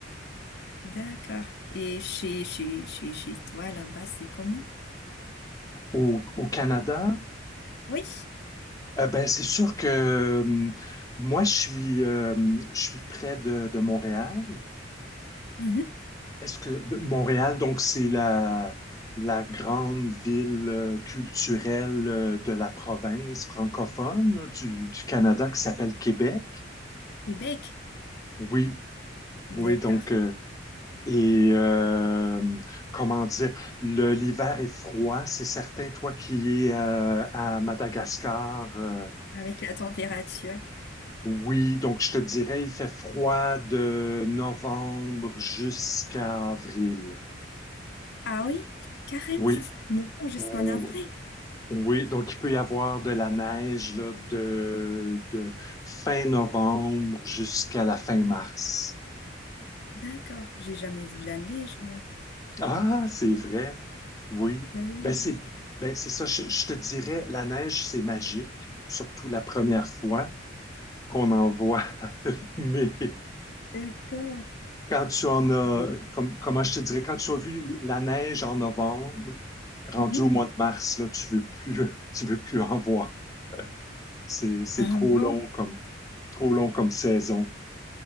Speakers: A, on the left; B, on the left.
A: D'accord. Et chez, chez, chez, chez toi, là-bas, c'est comment?
B: au, au Canada,
A: Oui,
B: euh, ben, c'est sûr que euh, moi, je suis, euh, je suis près de, de Montréal.
A: Mhm.
B: Est-ce que de- Montréal, donc, c'est la, la grande ville euh, culturelle euh, de la province francophone là, du, du Canada qui s'appelle Québec?
A: Québec.
B: Oui, oui,
A: D'accord.
B: donc, euh, et euh, comment dire, le, l'hiver est froid, c'est certain, toi qui es euh, à Madagascar. euh,
A: Avec la température.
B: Oui, donc je te dirais, il fait froid de novembre jusqu'à avril.
A: Ah oui, carrément.
B: Oui,
A: Nous bon, jusqu'en
B: oui,
A: avril.
B: oui, donc il peut y avoir de la neige là, de, de fin novembre jusqu'à la fin mars.
A: D'accord. J'ai jamais vu de la neige, moi.
B: Ah, c'est vrai. Oui.
A: Ben
B: Ben
A: oui,
B: c'est ben c'est ça, je, je te dirais, la neige, c'est magique, surtout la première fois qu'on en voit. <laughs> Mais
A: d'accord.
B: quand tu en as,
A: Mais,
B: comme, comment je te dirais, quand tu as vu la neige en novembre, rendu
A: mhm.
B: au mois de mars, là, tu veux plus, <laughs> tu veux plus en voir. C'est, c'est
A: Ah
B: trop
A: bon?
B: long comme, trop long comme saison.